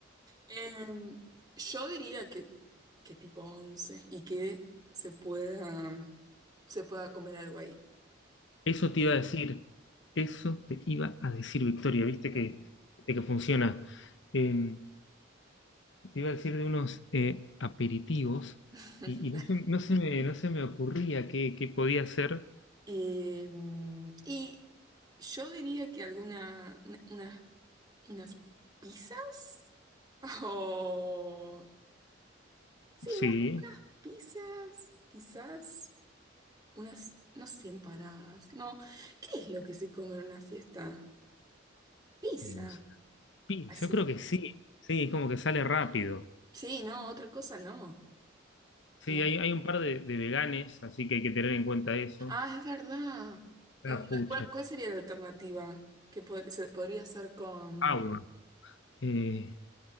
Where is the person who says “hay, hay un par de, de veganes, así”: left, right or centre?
Left